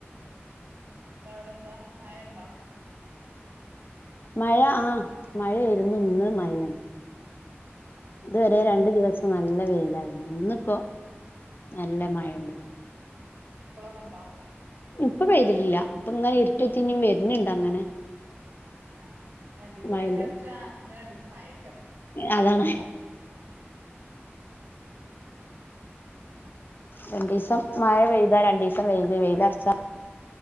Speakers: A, on the right (about 60°); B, on the left (about 50°).
A: എടാ അവിടെ എന്താ മയ ഉണ്ടോ?
B: മഴ ആ മഴയിരുന്നു ഇന്ന് മയ ഇതുവരെ
A: ഏ
B: രണ്ടു ദിവസം നല്ല വെയില് ല്ല ഇന്നിപ്പോ നല്ല മഴണ്ട്
A: ഇപ്പളോ പണ്ടോ
B: ഇപ്പൊ പെയ്തിട്ടില്ല അപ്പൊ ഇങ്ങനെ ഇരുട്ടത്തി വരിണ്ട് അങ്ങനെ
A: ആഹ് രണ്ടു ദിവസം
B: മഴന്റെ
A: വെയിലറച്ച പിന്നെ രണ്ടുസം മഴയക്കാറ്
B: അതാണ് രണ്ടുസം
A: പിന്നെ
B: മഴ പെയ്താ രണ്ടിസം വെയില് വെയി ലർച്ച